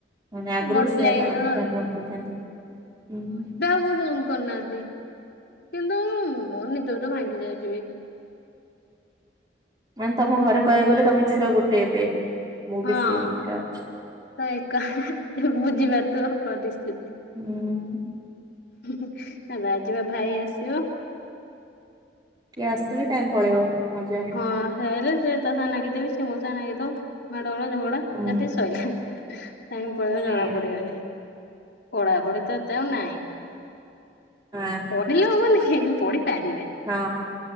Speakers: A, on the right; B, on the left.
A: ମାନେ ଆଗରୁ
B: ବଟୁଲା
A: ବି ସେୟା
B: ହେଇଗଲୁଣୁ
A: କରନ୍ତି ଫ୍ୟାନ୍
B: ଆଉ।
A: ବନ୍ଦ କରିଦିଅନ୍ତି। ହୁଁ,।
B: କିଏ ବି ଏମ୍ କରନାହାନ୍ତି। କିନ୍ତୁ ମୋର ନିଦ ବି ତ ଭାଙ୍ଗି ଯାଉଚି ବି।
A: ମାନେ ତୋମ ଘରେ କହିବାକୁ ଗଲେ ତୋମେ ଛୁଆ ଗୋଟେ ଏବେ। ମୁଁ
B: ହଁ
A: ବି ସେଇ ଏକା ଅଛି।
B: ତ ଏକା ତ ବୁଝି ପାରୁଥିବ ପରିସ୍ତିତ୍।
A: ହୁଁ।
B: ହେ ନା ଆଜି ବା ଭାଇ ଆସିବ।
A: କିଏ ଆସିଥିଲି ଟାଇମ୍ ପଳେଇବ, ମଜା।
B: ହଁ ସିଏ ଆଇଲେ ସେ ତା ସାଙ୍ଗରେ ନାଗିଥିବି, ସିଏ ମୋ ସାଙ୍ଗେ ନାଗିଥବ, ମାଡଗୋଳ ଝଗ ଡାଶସେଠି
A: ହୁଁ
B: ଶୋଇଲା ଟାଇମ୍ ପଳେଇବ
A: ସେଇଆ
B: ଜଣା ପଡିବନି। ପଢାପଢି ତ ଏତେ ଆଉ ନାଇଁ।
A: ହଁ।
B: ପଢିଲେ ହବନିକି <inaudible> ପଢି ପାରିବେନି।
A: ହଁ